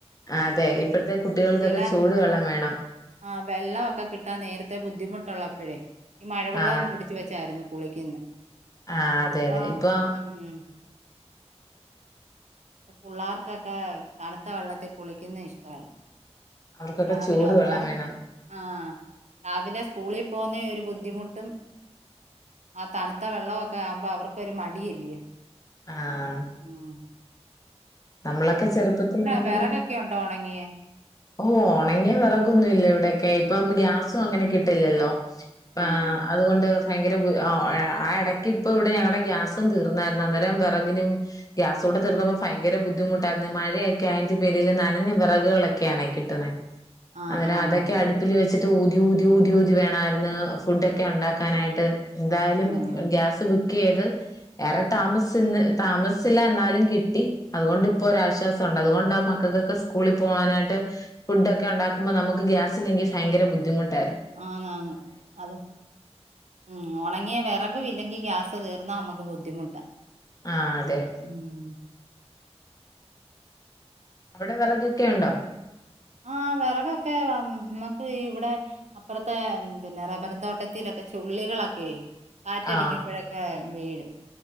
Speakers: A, on the left; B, on the right.
A: ആ അതെ
B: ഉം
A: ഇപ്പഴത്തെ കുട്ടികൾക്കൊക്കെ
B: ചില
A: ചൂട് വെള്ളം വേണം
B: ആ വെള്ളം ഒക്കെ കിട്ടാൻ നേരത്തെ ബുദ്ധിമുട്ടുള്ള അപ്പഴേ ഈ മഴവെള്ളം
A: ആ
B: പിടിച്ചു വെച്ചായിരുന്നു കുളിക്കുന്നെ
A: ആ അതെ
B: ഇപ്പ
A: അതെ ഇപ്പൊ
B: ഹം പിള്ളേർക്കൊക്കെ തണുത്ത വെള്ളത്തിൽ കുളിക്കുന്ന ഇഷ്ടമല്ല
A: അവർക്കൊക്കെ
B: രാവിലെ
A: ചൂടുവെള്ളം
B: ഒന്നാത്തെ
A: വേണം
B: ആഹ രാവിലെ സ്കൂളിൽ പോകുന്ന ബുദ്ധിമുട്ടും ആ തണുത്ത വെള്ളമൊക്കെ ആവുമ്പോ അവർക്കൊരു മടിയല്ലേ
A: ആ
B: ങ്ങാ
A: നമ്മളൊക്കെ ചെറുപ്പത്തിലാണെങ്കിൽ
B: വിറകൊക്കെ ഉണ്ടോ ഉണങ്ങിയേ
A: ഓ ഉണങ്ങിയ വിറകൊന്നുമില്ല ഇവിടെയൊക്കെ ഇപ്പം ഗ്യാസും അങ്ങനെ കിട്ടില്ലല്ലോ ആ
B: ആഹ്
A: അതുകൊണ്ട് ഭയങ്കര ആ ഇടയ്ക്ക് ഇപ്പ ഇവിടെ ഞങ്ങളുടെ ഗ്യാസും തീർന്നായിരുന്നു അന്നേരം വിറകിനും ഗ്യാസകൂടെ തീർന്നപ്പോ ഭയങ്കര ഭയങ്കര ബുദ്ധിമുട്ടായിരുന്നു മഴയൊക്കെ ആയ പേരില് നനഞ്ഞ വിറകുകളൊക്കെയാണ് കിട്ടണേ
B: ആഹ്
A: അന്നേരം
B: ആഹ് ആഹ്
A: അതൊക്കെ അടുപ്പിൽ വെച്ച് ഊതി ഊതി ഊതി ഊതി വേണമായിരുന്നു ഫുഡ് ഒക്കെ ഉണ്ടാക്കാനായിട്ട് എന്തായാലും
B: ആഹ്
A: ഗ്യാസ് ബുക്ക് ബുക്ക് ചെയ്ത്ഏറെ താമസിച്ചു എന്ന് താമസിച്ചില്ല എന്നാലും കിട്ടി അതുകൊണ്ട് ഇപ്പോൾ ഒരു ആശ്വാസമുണ്ട് അതുകൊണ്ട് ആ മക്കൾക്കൊക്കെ സ്കൂളിൽ പോകാനായിട്ട് ഫുഡ് ഒക്കെ ഉണ്ടാക്കുമ്പോൾ നമുക്ക് ഗ്യാസില്ലെങ്കിൽ ഭയങ്കര ബുദ്ധിമുട്ട്
B: ആന്ന് ആന്ന് അത് ഉം ഒണങ്ങിയ വെറ കു ഇല്ലെങ്കി ഗ്യാസ് തീർന്നാ അമ ബുദ്ധിമുട്ടാ
A: ആഹ് അതെ
B: ഉം
A: അവിടെ വിറകൊക്കെ ഉണ്ടോ
B: ആ വെറകൊക്കെ വം നമ്മുക്ക് ഇവിടെ അപ്പുറത്തെ പിന്നെ റബ്ബറും തോട്ടത്തിൽ ഒക്കെ ചുള്ളികളൊക്കെ കാറ്റടിക്കുമ്പഴൊക്കെ
A: ആ
B: വീഴും